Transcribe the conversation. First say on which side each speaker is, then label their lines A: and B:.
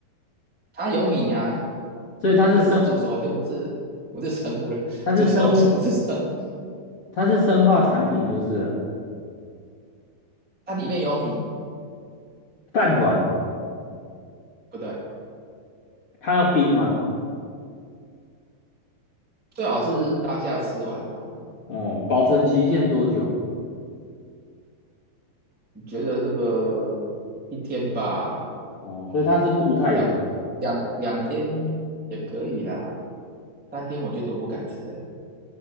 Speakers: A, in the centre; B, on the left (about 35°).
A: 它有米啊，
B: 所以它是生，
A: 但是它煮熟了就不是不是生物了，<laughs>
B: 它是生物，
A: 煮熟了就不是生物，
B: 它是生化产品，就是了
A: 它里面有米，
B: 饭团，
A: 不对，
B: 它要冰吗？
A: 最好是当下吃完啊。
B: 哦，保存期限多久？
A: 我觉得这个一天吧，
B: 哦，所以它是固态的。
A: 两两两天也可以啦，三天我觉得我不敢吃、欸，